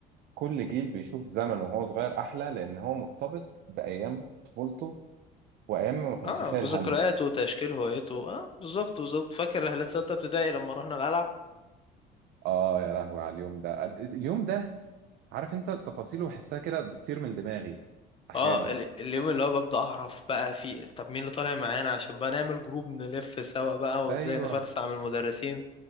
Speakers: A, on the right; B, on the left.
A: كل جيل بيشوف زمن وهو صغير احلى لان هو مرتبط بايام طفولته وايام ما كانش
B: اه
A: شايل
B: بذكرياته
A: هم
B: وتشكيل هويته اه بالظبط بالظبط فاكر رحلة ستة ابتدائي لما رحنا القلعة
A: اه يا لهوي على اليوم ده اليوم ده عارف انت تفاصيله بحسها كده بتطير من دماغي احيانا
B: اه ال- اليوم اللي هو ببدأ اعرف بقى في طب مين اللي طالع معانا عشان بقى نعمل جروب نلف سوا بقى وازاي
A: ايوه
B: نفلسع من المدرسين